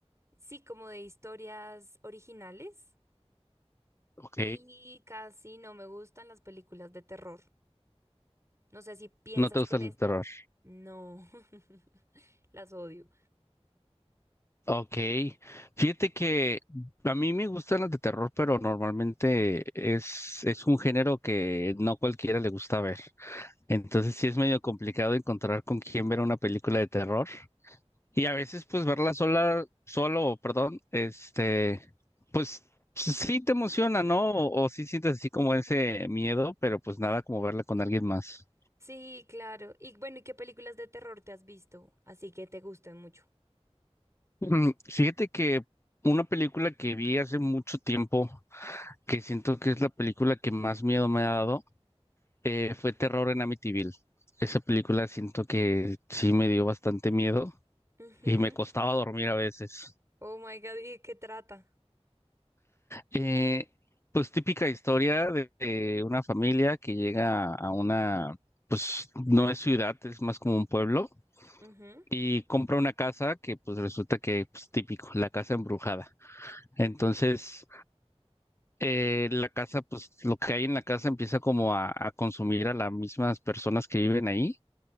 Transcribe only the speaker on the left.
Ok,
no te gustan
el terror.
Ok, fíjate que a mí me gustan las de terror, pero normalmente es, es un género que no cualquiera le gusta ver. Entonces sí es medio complicado encontrar con quién ver una película de terror. Y a veces, pues, verla sola, solo, perdón, este, pues sí te emociona, ¿no? O, o sí sientes así como ese miedo, pero pues nada como verla con alguien más.
Mm, Fíjate que una película que vi hace mucho tiempo, que siento que es la película que más miedo me ha dado, eh, fue Terror en Amityville. Esa película siento que sí me dio bastante miedo
y me costaba dormir a veces.
Eh, pues típica historia de, de una familia que llega a una, pues no es ciudad, es más como un pueblo,
y compra una casa que pues resulta que, pues típico, la casa embrujada. Entonces, eh, la casa, pues lo que hay en la casa empieza como a, a consumir a las mismas personas que viven ahí,